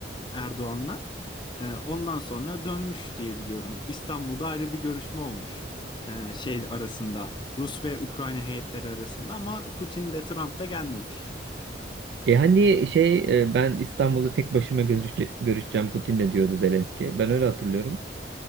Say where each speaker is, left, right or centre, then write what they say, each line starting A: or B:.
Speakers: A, on the left; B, on the right.
A: Erdoğan'la. Ee, ondan sonra dönmüş diye biliyorum. İstanbul'da ayrı bir görüşme olmuş. Ee, şey arasında Rus ve Ukrayna heyetleri arasında ama Putin de Trump da gelmemiş.
B: E hani şey e, ben İstanbul'da tek başıma görüşe- görüşeceğim Putin'le diyordu Zelenski. Ben öyle hatırlıyorum.